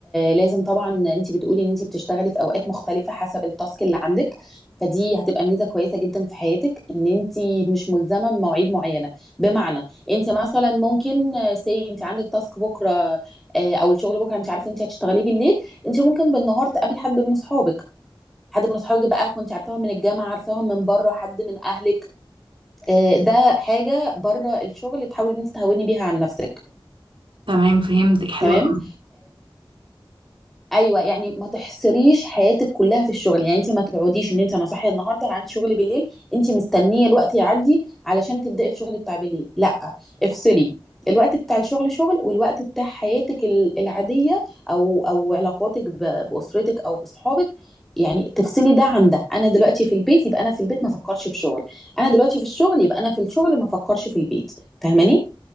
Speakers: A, in the centre; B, on the right (about 70°).
A: لازم طبعا انت بتقولي ان انت بتشتغلي في اوقات مختلفه حسب التاسك اللي عندك فدي هتبقى ميزه كويسه جدا في حياتك ان انت مش ملزمه بمواعيد معينه بمعنى انت مثلا ممكن سي انت عندك تاسك بكره آه، او الشغل بكره انت عارفه انت هتشتغليه بالليل انت ممكن بالنهار تقابلي حد من اصحابك حد من اصحابك بقى كنت عارفاهم من الجامعه عارفاهم من بره حد من اهلك آه، ده حاجه بره الشغل تحاولي ان انت تهوني بيها عن نفسك
B: تمام فهمتك حلوة
A: تمام
B: أوي
A: ايوه يعني ما تحصريش حياتك كلها في الشغل يعني انت ما تقعديش ان انت انا صاحيه النهارده انا عندي شغل بالليل انت مستنيه الوقت يعدي علشان تبداي الشغل بتاع بالليل لا افصلي الوقت بتاع الشغل شغل والوقت بتاع حياتك ال- العاديه او او علاقاتك ب- باسرتك او بصحابك يعني تفصلي ده عن ده انا دلوقتي في البيت يبقى انا في البيت ما افكرش في شغل انا دلوقتي في الشغل يبقى انا في الشغل ما افكرش في البيت فاهماني